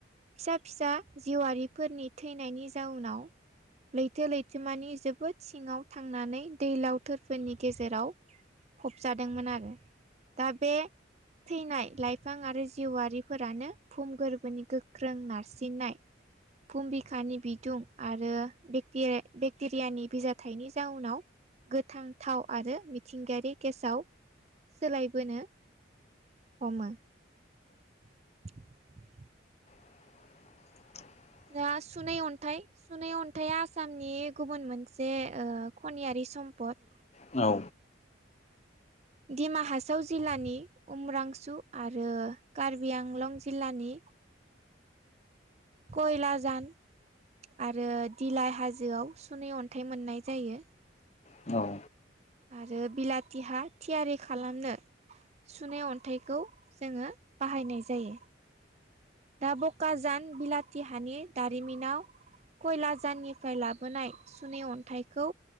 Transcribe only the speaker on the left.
<inaudible>
औ
औ